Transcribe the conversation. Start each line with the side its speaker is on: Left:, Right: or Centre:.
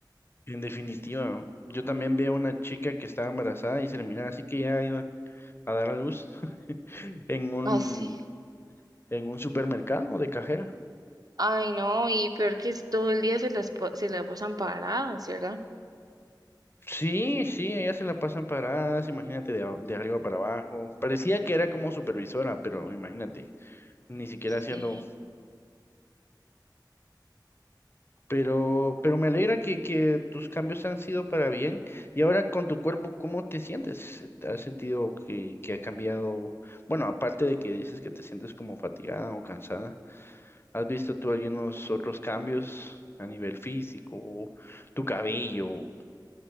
Left: En definitiva, yo también veo una chica que estaba embarazada y se le miraba así que ya iba a dar a luz <laughs> en un,
Right: Así.
Left: en un supermercado de cajera.
Right: Ay, no, y peor que es todo el día se las pa- se la pasan paradas, ¿verdad?
Left: Sí, sí, ellas se la pasan paradas, imagínate, de, a- de arriba para abajo. Parecía que era como supervisora, pero imagínate, ni siquiera haciendo.
Right: Sí.
Left: Pero, pero me alegra que, que tus cambios han sido para bien. Y ahora con tu cuerpo, ¿cómo te sientes? ¿Has sentido que, que ha cambiado? Bueno, aparte de que dices que te sientes como fatigada o cansada, ¿has visto tú algunos otros cambios a nivel físico, tu cabello,